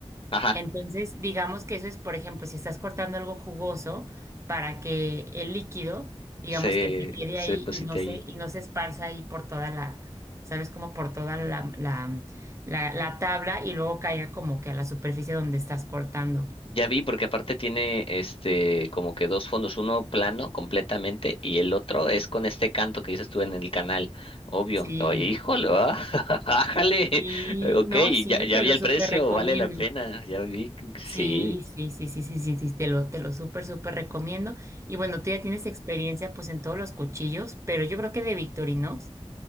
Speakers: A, on the left (about 55°); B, on the right (about 25°).
A: Ajá,
B: Entonces, digamos que eso es, por ejemplo, si estás cortando algo jugoso para que el líquido, digamos
A: se,
B: que se quede
A: se
B: ahí
A: deposita
B: y no se,
A: ahí.
B: y no se esparza ahí por toda la, ¿sabes? Como por toda la, la, la, la tabla y luego caiga como que a la superficie donde estás cortando.
A: Ya vi, porque aparte tiene este como que dos fondos, uno plano completamente y el otro es con este canto que dices tú en el canal, obvio.
B: Sí,
A: Oh, híjole, ah, <laughs> bájale.
B: y
A: Ok,
B: no, sí,
A: ya, ya
B: te
A: vi
B: lo
A: el
B: súper
A: precio,
B: recomiendo.
A: vale la pena, ya vi, sí.
B: Sí, sí, sí, sí, sí, sí, sí, te lo, te lo súper, súper recomiendo. Y bueno, tú ya tienes experiencia pues en todos los cuchillos, pero yo creo que de Victorinox.